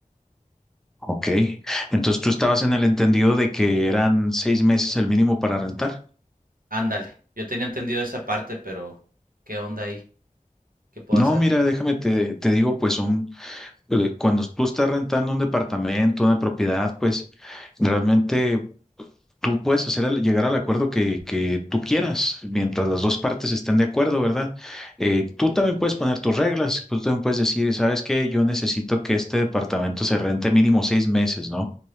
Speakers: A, in the centre; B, on the right.
A: Ok. Entonces tú estabas en el entendido de que eran seis meses el mínimo para rentar.
B: Ándale. Yo tenía entendido esa parte, pero ¿qué onda ahí? ¿Qué puedo
A: No,
B: hacer?
A: mira, déjame te, te digo, pues son le- Cuando tú estás rentando un departamento, una propiedad, pues realmente tú puedes hacer el- llegar al acuerdo que, que tú quieras, mientras las dos partes estén de acuerdo, ¿verdad? Eh, tú también puedes poner tus reglas, pues, tú también puedes decir, ¿sabes qué? Yo necesito que este departamento se rente mínimo seis meses, ¿no?